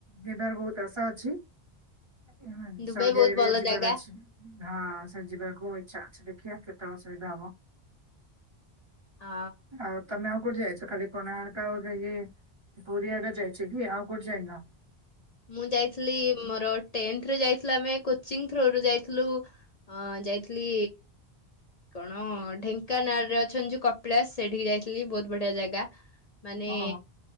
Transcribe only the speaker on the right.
ଯିବାର ବହୁତ ଆଶା ଅଛି। ହ
ସଉ <inaudible>
ଯିବାର
ଅଛି, ହଁ ସେ ଯିବାକୁ ଇଛା ଅଛି। ଦେଖିଆ କେତେ ଅସୁବିଧା ହବ।
ଆଉ ତମେ ଆଉ କୋଉଠି ଯାଇଛ, ଖାଲି କୋଣାର ଆଉ ଯ ପୁରୀ ଆଗା ଯାଇଛ, କି ଆଉ କୋଉଠି ଯାଇନ।
ହଁ ହଁ